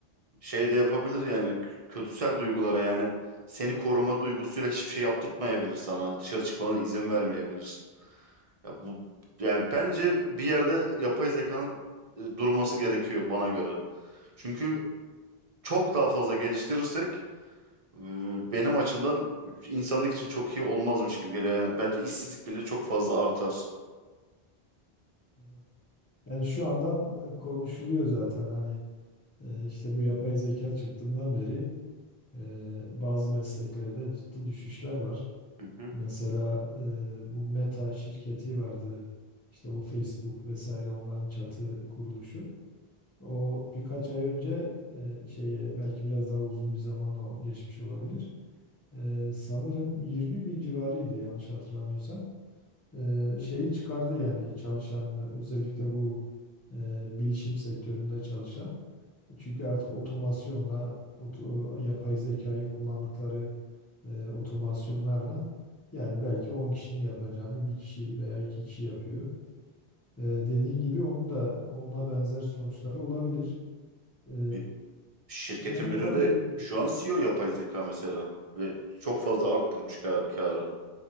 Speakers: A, on the right (about 40°); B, on the left (about 15°).
A: şey de yapabilir yani k- kötüsel duygulara yani seni koruma duygusuyla hiçbir şey yaptırtmayabilir sana. Dışarı çıkmana izin vermeyebilir. Ya bu yani bence bir yerde yapay zekanın e, durması gerekiyor bana göre. Çünkü çok daha fazla geliştirirsek e, benim açımdan insanlık için çok iyi olmazmış gibi geliyor. Yani bence işsizlik bile çok fazla artar.
B: Evet. Yani şu andan e, konuşuluyor zaten hani e, işte bu yapay zeka çıktığından beri e, bazı mesleklerde ciddi düşüşler var.
A: Hı hı.
B: Mesela e, bu Meta şirketi vardı. İşte o Facebook vesaire onların çatı kuruluşu. O birkaç ay önce e, şeye belki biraz daha uzun bir zaman da geçmiş olabilir. E, sanırım 20 bin civarıydı yanlış hatırlamıyorsam. E, şeyi çıkardı yani çalışanını özellikle bu e, bilişim sektöründe çalışan. Çünkü artık otomasyonla oto- yapay zekayı kullandıkları e, otomasyonlarla yani belki 10 kişinin yapacağını bir kişi veya iki kişi yapıyor. E, dediğin gibi onun da ona benzer sonuçları olabilir. E,
A: Bir şirketin
B: yani
A: birinde
B: tabii
A: şu an CEO yapay zeka mesela ve çok fazla arttırmış kar karı.